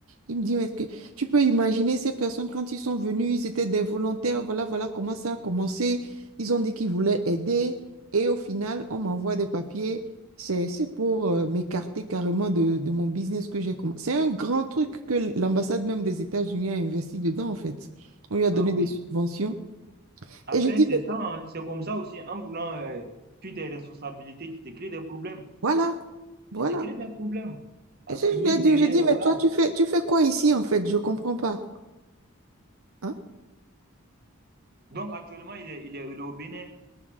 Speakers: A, on the right (about 80°); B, on the right (about 45°).
A: Il me dit, mais que- tu peux imaginer ces personnes quand ils sont venus, ils étaient des volontaires, voilà, voilà comment ça a commencé. Ils ont dit qu'ils voulaient aider et au final, on m'envoie des papiers. C'est, c'est pour euh, m'écarter carrément de, de mon business que j'ai commencé. C'est un grand truc que l'ambassade même des États-Unis a investi dedans, en fait. On lui a donné
B: ah oui.
A: des subventions.
B: Après,
A: Et j'ai dit,
B: c'est
A: mais
B: ça, hein, C'est comme ça aussi, en voulant euh, fuir tes responsabilités, tu te crées des problèmes.
A: voilà, voilà.
B: Tu te crées des problèmes. Parce
A: Et je
B: que mine
A: lui ai dit,
B: de
A: j'ai
B: rien,
A: dit,
B: voilà.
A: mais toi, tu fais, tu fais quoi ici, en fait? Je comprends pas. Hein?
B: Donc actuellement, il est, il est, il est au Bénin.